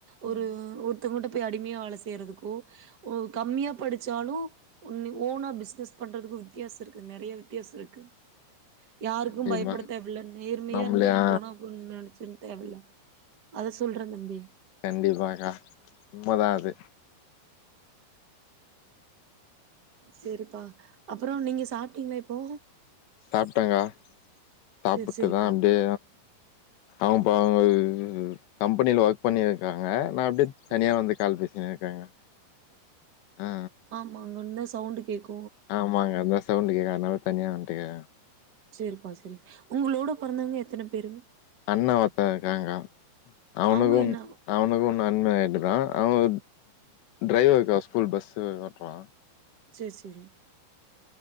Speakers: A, on the right; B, on the left.
A: ஒரு
B: ம்
A: ஒர் த்தங்ககிட்ட போய் அடிமையா வேலை செய்யறதுக்கூ கம்மியா படிச்சாலும் உன் ஓனா பிசினஸ் பண்றதுக்கு வித்தியாசம் இருக்கு நெறைய வித்தியாசம் இருக்கு யாருக்கும்
B: கண்டிப்பா
A: பயப்பட தேவைல்ல நேர்மையா
B: நம்மளயா
A: இருந்துட்டு போன போதும்னு நெனச்சிர் தேவல அத சொல்றே தம்பி
B: கண்டிப்பாங்க்கா உண்மதா அது
A: சேரிப்பா அப்றோ நீங்க சாப்ட்டீங்ளா இப்போ
B: சாப்டேங்கா சாப்ட்டுதா
A: சேரி சேரிப்பா
B: அப்டியே அவன் பா இ கம்பெனியில ஒர்க் பண்ணியிருக்காங்க நா அப்டியே தனியா
A: ம்
B: வந்து கால் பேசினுருக்கேங்க்கா ஆ
A: மா அங்கிருந்தா சவுண்ட் கேக்கும்
B: ஆமாங்க அது தா சவுண்டு கேக்கதனால தனியா வந்துட்டேங்க
A: சேரிப்பா செரி உங்களோட பொறந்தவங்க எத்தன பேரு
B: அண்ண ஒருத்த இருக்காங்க்கா அவனுக்கும்
A: அவங்க என்ன
B: அவனுக்கு இன்னு அன்மேரிடுதா அவ டிரைவருக்கா ஸ்கூல் பஸ்ஸு ஓட்றா
A: சேர் செரி